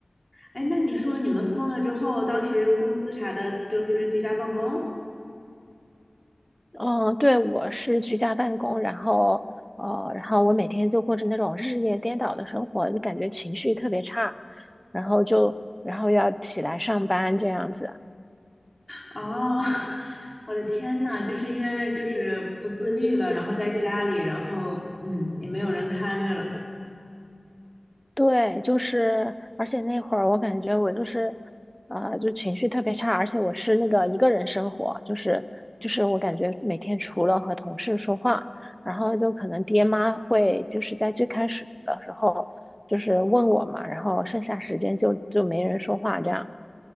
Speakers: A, on the left (about 20°); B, in the centre.
A: 哎，那你说你们封了之后，当时公司啥的，就是居家办公？
B: 嗯，对，我是居家办公，然后呃，然后我每天就过着那种日夜颠倒的生活，就感觉情绪特别差，然后就然后要起来上班这样子。
A: 哦，<laughs> 我的天呐，就是因为就是不自律了，然后在家里，然后嗯，也没有人看着了。
B: 对，就是，而且那会儿我感觉我就是，呃，就情绪特别差，而且我是那个一个人生活，就是就是我感觉每天除了和同事说话，然后就可能爹妈会就是在最开始的时候就是问我嘛，然后剩下时间就就没人说话这样，